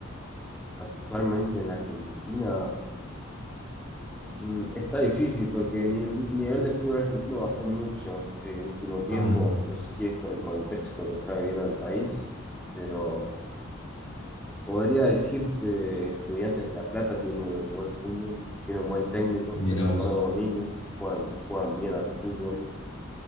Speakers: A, in the centre; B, on the left.
A: Actualmente en Argentina mm, está difícil porque ni el nivel de fútbol argentino bajó mucho este último tiempo.
B: Ah,
A: No sé si es por el contexto que está viviendo el país, pero Podría decirte, Estudiantes de La Plata tiene un buen fútbol, tiene un buen técnico,
B: mira
A: que es Eduardo
B: vos.
A: Domínguez, juegan, juegan bien al fútbol.